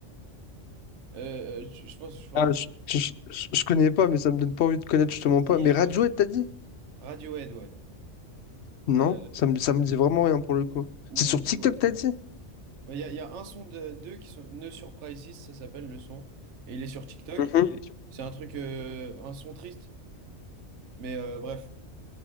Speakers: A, on the right (about 70°); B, on the left (about 65°).
A: Euh, euh, je je pense. Enfin,
B: Ah, je, je, je- je connais pas, mais ça me donne pas envie de connaître, justement
A: si,
B: pas. Mais
A: je
B: Radiohead,
A: pense que.
B: t'as dit?
A: Radiohead, ouais.
B: Non,
A: Euh,
B: ça me, ça me dit vraiment rien pour le coup.
A: ou,
B: C'est sur TikTok,
A: tu vois.
B: t'as dit?
A: Ouais, il y a, il y a un son de deux qui sont. No Surprises, ça s'appelle le son. Et il est sur TikTok.
B: Mhm.
A: C'est un truc. euh, un son triste. Mais euh, bref,